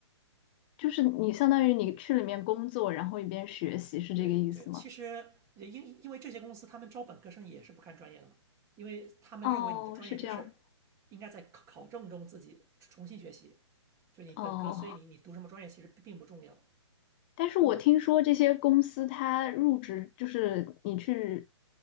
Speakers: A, on the left; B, on the right.
A: 就是你相当于你去里面工作，然后一边学习，是这个意思吗？
B: 对对，其实也因因为这些公司他们招本科生也是不看专业的嘛，因为他们认为你的专业知识
A: 哦，是这样。
B: 应该在考考证中自己重新学习，就你本科，
A: 哦，
B: 所以你你读什么专业其实并不重要，
A: 但是我听说这些公司，
B: 更多
A: 它入职就是你去，